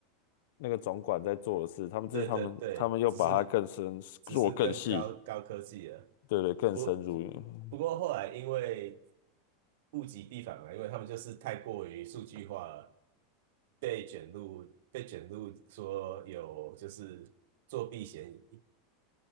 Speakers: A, on the left; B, on the right.
A: 那个总管在做的事，他们这是他们他们又把它更深做更细，
B: 对对对，只是只是更高高科技了。
A: 对对，更深入。
B: 不不不过后来因为
A: 嗯
B: 物极必反嘛，因为他们就是太过于数据化了，被卷入被卷入说有就是作弊嫌疑，